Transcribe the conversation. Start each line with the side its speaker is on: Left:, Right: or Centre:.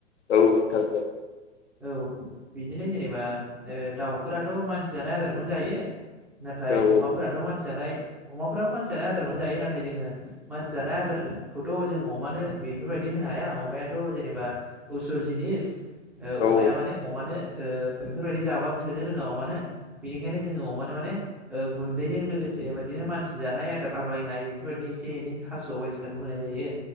Left: औ म थां <unintelligible>
Centre: औ बिदिनो जेनेबा दाउफोराथ' मानसि जानाय आदारखौनो जायो। नाथाय
Left: औ
Centre: अमाफोराथ' मानसि जानाय अमाफ्राबो मानसि जानाय आदारखौनो जायो नाथाय जोङो मानसि जानाय आदारखौथ' जोङो अमानो बेफोरबायदि हो होनो हाया अमायाथ' जेनेबा उसुर जिनिस अमाया
Left: औ
Centre: माने अमानो बेफोरबायदि जाबाबो थोननो रोङा अमानो बेनिखायनो जोङो अमानो माने गुन्दैजों लोगोसे बिदिनो मानसि जानाय आदार आग्लायनाय बेफोरबायदिनो एसे एनै थास' बायदिसिनाखौ होनाय जायो।